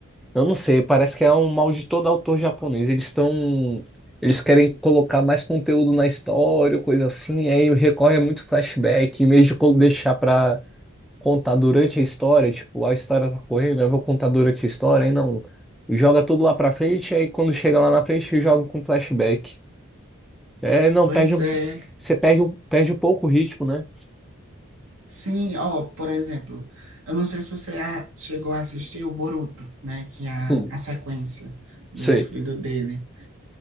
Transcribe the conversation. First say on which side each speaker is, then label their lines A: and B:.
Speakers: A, in the centre; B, on the right.
A: eu não sei, parece que é um mal de todo autor japonês. Eles estão. Eles querem colocar mais conteúdo na história, coisa assim, aí recorre a muito flashback, em vez de co- deixar pra contar durante a história, tipo, a história tá correndo, eu vou contar durante a história, aí não. Joga tudo lá pra frente, aí quando chega lá na frente, joga com flashback. É, não,
B: Pois
A: perde um,
B: é.
A: você perde um, perde um pouco o ritmo, né?
B: Sim, ó, por exemplo, eu não sei se você a- chegou a assistir o Boruto, né? Que é a,
A: Sim,
B: a sequência do
A: sei,
B: filho dele.